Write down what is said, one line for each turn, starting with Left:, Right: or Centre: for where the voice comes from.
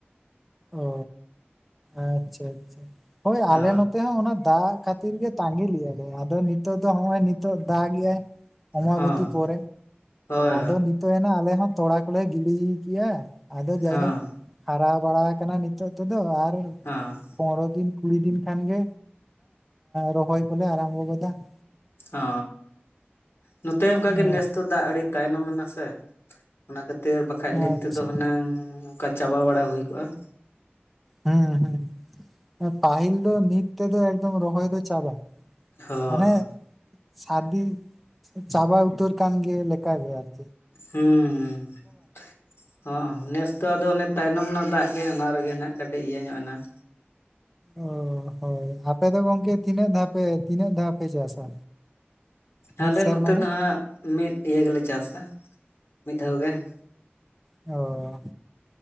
Centre: ᱚ ᱟᱪᱪᱷᱟ ᱟᱪᱪᱷᱟ ᱦᱳᱭ ᱟᱞᱮ
Left: ᱚ
Centre: ᱱᱚᱛᱮ ᱦᱚᱸ ᱚᱱᱟ ᱫᱟᱜ ᱠᱷᱟᱹᱛᱤᱨ ᱜᱮ ᱛᱟᱸᱜᱤ ᱞᱮᱫᱟ ᱞᱮ ᱟᱫᱚ ᱱᱤᱛᱚᱜ ᱫᱚ ᱱᱚᱜᱼᱚᱭ ᱱᱤᱛᱚᱜ ᱫᱟᱜ ᱮᱫ ᱟᱭ ᱾ ᱚᱢᱵᱚᱵᱚᱛᱤ
Left: ᱦᱚᱸ
Centre: ᱯᱚᱨᱮ
Left: ᱦᱳᱭ
Centre: ᱟᱫᱚ ᱱᱤᱛᱼᱼ ᱛᱚᱵᱮᱱᱟ ᱟᱞᱮ ᱦᱚᱸ ᱛᱚᱲᱟ ᱠᱚᱞᱮ ᱜᱤᱰᱤ ᱠᱮᱭᱟ ᱟᱫᱚ ᱡᱟᱭᱦᱳᱠ
Left: ᱦᱚᱸ
Centre: ᱦᱟᱨᱟ ᱵᱟᱲᱟ ᱠᱟᱱᱟ ᱱᱤᱛᱚᱜ ᱛᱮᱫᱚ, ᱟᱨᱼᱼ
Left: ᱚ
Centre: ᱯᱚᱱᱮᱨᱚ ᱫᱤᱱ ᱠᱩᱲᱤ ᱫᱤᱱ ᱠᱷᱟᱱ ᱜᱮ ᱨᱚᱦᱚᱭ ᱠᱚᱞᱮ ᱟᱨᱟᱢᱵᱚ ᱜᱚᱫᱟ ᱾
Left: ᱚ ᱱᱚᱛᱮ ᱦᱚᱸᱚᱱᱠᱟᱜᱮ
Centre: ᱚ
Left: ᱱᱮᱥ ᱫᱚ ᱫᱟᱜ ᱟᱹᱰᱤ ᱛᱟᱭᱱᱚᱢ ᱱᱟ ᱥᱮ, ᱚᱱᱟ ᱠᱷᱟᱹᱛᱤᱨ ᱵᱟᱠᱷᱟᱡ ᱱᱤᱛ
Centre: ᱟᱪᱪᱷᱟ
Left: ᱛᱮᱫᱚ ᱦᱩᱱᱟᱹᱝ ᱚᱱᱠᱟ ᱪᱟᱵᱟ ᱵᱟᱲᱟ ᱦᱩᱭ ᱠᱚᱜᱼᱟ ᱾
Centre: ᱦᱮᱸ ᱦᱮᱸ ᱯᱟᱹᱦᱤᱞ ᱫᱚ ᱱᱤᱛ ᱛᱮ ᱫᱚ ᱮᱠᱫᱚᱢ ᱨᱚᱦᱚᱭ ᱫᱚ ᱪᱟᱵᱟ ᱾
Left: ᱦᱚᱸ
Centre: ᱢᱟᱱᱮ ᱥᱟᱨᱫᱤ ᱪᱟᱵᱟ ᱩᱛᱟᱹᱨ ᱠᱟᱱ ᱜᱮ ᱞᱮᱠᱟᱜᱮ ᱟᱹᱨᱠᱤ ᱾
Left: ᱦᱩᱸ ᱦᱩᱸ ᱦᱚᱸ ᱱᱮᱥ ᱫᱚ ᱟᱫᱚ ᱚᱱᱮ ᱛᱟᱭᱱᱚᱢ ᱨᱮᱱᱟᱜ ᱫᱟᱜ ᱜᱮ ᱚᱱᱟ ᱨᱮᱜᱮ ᱱᱟᱜ ᱠᱟᱹᱴᱤᱡ ᱤᱭᱟᱹ ᱧᱚᱜ ᱮᱱᱟ ᱾
Centre: ᱚ ᱦᱳᱭ ᱟᱯᱮ ᱫᱚ ᱜᱚᱢᱠᱮ ᱛᱤᱱᱟᱹᱜ ᱫᱷᱟᱣ ᱯᱮ ᱛᱤᱱᱟᱹᱜ ᱫᱷᱟᱣ ᱯᱮ ᱪᱟᱥᱟ? ᱢᱤᱫ
Left: ᱟᱞᱮ
Centre: ᱥᱮᱨᱢᱟ
Left: ᱱᱚᱛᱮ
Centre: ᱨᱮ
Left: ᱫᱚ ᱦᱟᱸᱜ ᱢᱤᱫ ᱤᱭᱟᱹ ᱜᱮᱞᱮ ᱪᱟᱥᱟ, ᱢᱤᱫ ᱫᱷᱟᱣ ᱜᱮ ᱾
Centre: ᱚᱻ